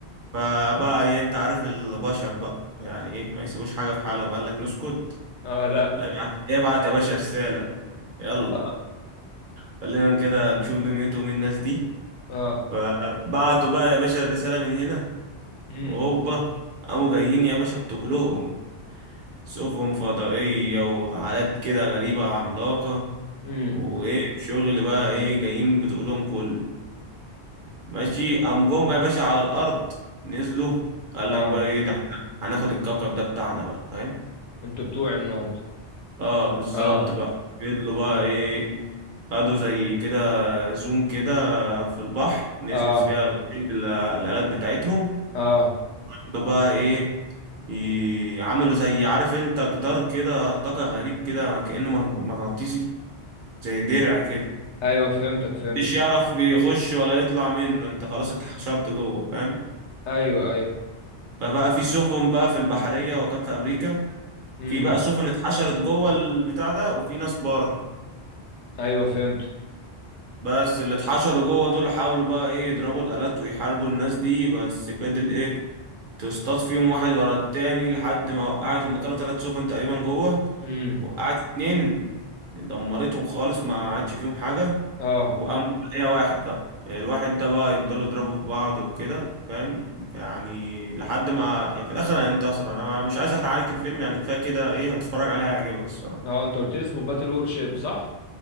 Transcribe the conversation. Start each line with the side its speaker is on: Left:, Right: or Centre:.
Right: فبقى ايه انت عارف البشر بقى يعني ايه ما يسيبوش حاجة في حالها وقال لك نسكت
Left: اه لا
Right: فابعت ابعت يا باشا رسالة يلا
Left: اه
Right: خلينا كده نشوف دنيتهم إيه الناس دي
Left: اه
Right: فبعتوا بقى يا باشا الرسالة من هنا
Left: امم
Right: وهوبا قاموا جايين يا باشا بتقلهم سفن فضائية وحالات كده غريبة عملاقة
Left: امم
Right: وإيه الشغل بقى إيه جايين بتقولهم كله ماشي قام جم يا باشا على الأرض نزلوا قال
Left: اه
Right: لك بقى إيه ده إحنا هناخد الكوكب ده بتاعنا بقى فاهم
Left: انتوا بتوعي النهارده
Right: اه بالظبط
Left: اه
Right: بقى فضلوا بقى ايه قعدوا زي كده زوم كده في البحر نزلت
Left: اه
Right: فيها غرفة ال- الآلات بتاعتهم
Left: اه
Right: قعدوا بقى ايه ي- عملوا زي عارف انت جدار كده طاقة غريب كده كأنه مغن- مغناطيسي زي درع كده
Left: ايوه فهمتك فهمت
Right: مش يعرف يخش ولا يطلع منه انت خلاص اتحشرت جوه فاهم
Left: ايوه ايوه
Right: فبقى في سفن بقى في البحرية وكان في أمريكا
Left: امم
Right: في بقى سفن اتحشرت جوه البتاع ده وفي ناس بره
Left: ايوه فهمت
Right: بس اللي اتحشروا جوه دول حاولوا بقى ايه يضربوا الآلات ويحاربوا الناس دي بس فضل ايه تصطاد فيهم واحد ورا التاني لحد ما وقعت هما كانوا تلات سفن تقريبا جوه
Left: امم
Right: وقعت اتنين دمرتهم خالص ما عادش فيهم حاجة
Left: اه
Right: وقام ايه واحد بقى الواحد ده بقى يفضلوا يضربوا في بعض وكده فاهم يعني لحد ما يعني في الآخر هينتصر أنا مش عايز أحرق عليك الفيلم يعني كفاية كده ايه هتتفرج عليه هيعجبك الصراحة
Left: اه انت قلت لي اسمه باتل وور شيب صح